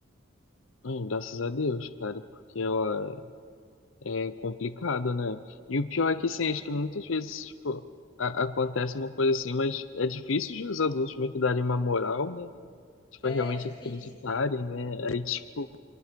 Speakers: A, on the left (about 85°); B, on the left (about 25°).
A: Ai, graças a Deus, cara, porque ela É complicado, né? E o pior
B: Nossa,
A: é que, assim, acho
B: é ruim.
A: que muitas vezes, tipo, a- acontece uma coisa assim, mas é difícil de os adultos meio que darem uma moral, né? Tipo,
B: É,
A: é realmente
B: é difícil.
A: acreditarem, né? Aí, tipo,